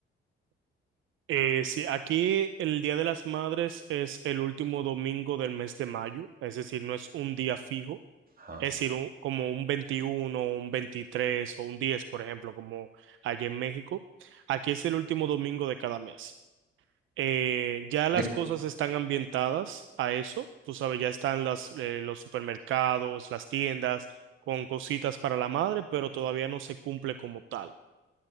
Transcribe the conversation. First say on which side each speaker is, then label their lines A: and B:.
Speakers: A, on the right; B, on the right.
A: Eh, sí, aquí el Día de las Madres es el último domingo del mes de mayo, es decir, no es un día fijo,
B: Ah,
A: es
B: ok.
A: decir, un- como un 21, un 23 o un 10, por ejemplo, como allá en México. Aquí es el último domingo de cada mes. eh, ya las
B: De-
A: cosas están ambientadas a eso, tú sabes, ya están las, eh, los supermercados, las tiendas con cositas para la madre, pero todavía no se cumple como tal.